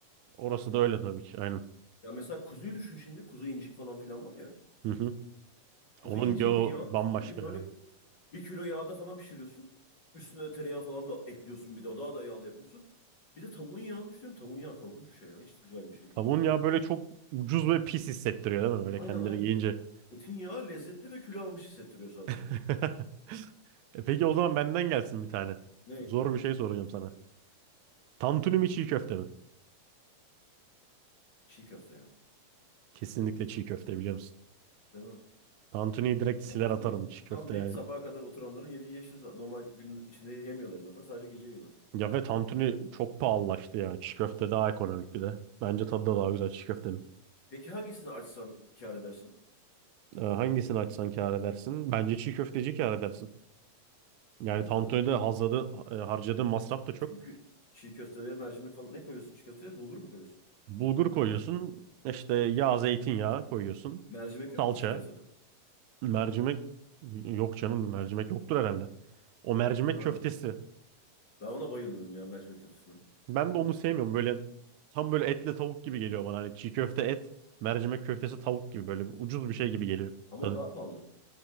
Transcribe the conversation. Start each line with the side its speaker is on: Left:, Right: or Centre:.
Right: Orası da öyle tabii ki. Aynen.
Left: Ya mesela kuzuyu düşün şimdi. Kuzu incik falan filan var ya.
Right: Hı hı.
Left: Kuzu
Right: Onun
Left: inciğin
Right: yağı
Left: bir yağını
Right: bambaşka
Left: düşün. Bildiğin
Right: ya.
Left: böyle Bir kilo yağda falan pişiriyorsun. Üstüne tereyağı falan da ekliyorsun bir de. O Daha da yağlı yapıyorsun. Bir de tavuğun yağını düşünüyorum. Tavuğun yağı korkunç bir şey ya. Hiç güzel bir şey değil.
Right: Tavuğun yağı böyle çok ucuz ve pis hissettiriyor değil mi? Böyle
Left: Aynen
Right: kendini
Left: aynen.
Right: yiyince.
Left: Etin yağı lezzetli ve kilo almış hissettiriyor sadece.
Right: <laughs> E, peki o zaman benden gelsin bir tane.
Left: Ne?
Right: Zor bir şey soracağım sana. Tantuni mi çiğ köfte mi?
Left: Çiğ köfte ya.
Right: Kesinlikle çiğ köfte biliyor musun?
Left: Değil mi?
Right: Tantuni'yi direkt siler
Left: Yani
Right: atarım
Left: Bir-
Right: çiğ köfte
Left: Tam bir
Right: yani.
Left: sabaha kadar oturanların yediği yeşil sa- Normal gün içinde yemiyorlar zaten. Sadece gece yiyorlar.
Right: Ya ve tantuni çok pahalılaştı ya. Çiğ köfte daha ekonomik bir de. Bence tadı da daha güzel çiğ köftenin.
Left: Peki hangisini açsan kâr edersin?
Right: Ee, hangisini açsan kâr edersin? Bence çiğ köfteci kâr edersin. Yani
Left: Bence
Right: tantuni'de
Left: de.
Right: hazladı, e, harcadığın masraf da çok.
Left: Çünkü çiğ köfteye mercimek falan ne koyuyorsun çiğ köfteye? Bulgur mu koyuyorsun?
Right: Bulgur koyuyorsun. işte yağ, zeytinyağı koyuyorsun.
Left: Mercimek yok
Right: Salça,
Left: mu çiğ köftede?
Right: mercimek yok canım mercimek yoktur herhalde. O mercimek
Left: Ha.
Right: köftesi.
Left: Ben ona bayılıyorum ya mercimek köftesine.
Right: Ben de onu sevmiyorum. Böyle tam böyle etle tavuk gibi geliyor bana. Hani çiğ köfte et, mercimek köftesi tavuk gibi böyle bir ucuz bir şey gibi geliyor
Left: Ama
Right: tadı.
Left: o daha pahalı.